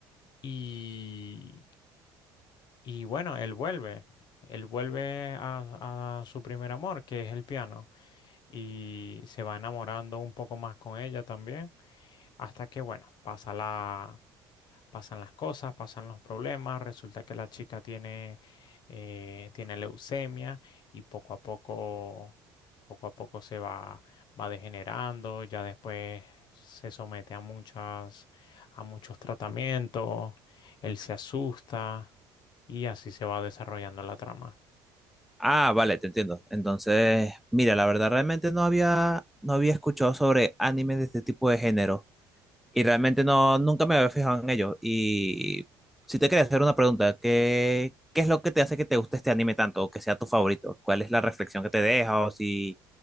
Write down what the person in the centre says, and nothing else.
Ah, vale, te entiendo. Entonces, mira, la verdad realmente no había, no había escuchado sobre animes de este tipo de género. Y realmente no, nunca me había fijado en ello. Y si te quería hacer una pregunta, ¿qué, qué es lo que te hace que te guste este anime tanto o que sea tu favorito? ¿Cuál es la reflexión que te deja o si,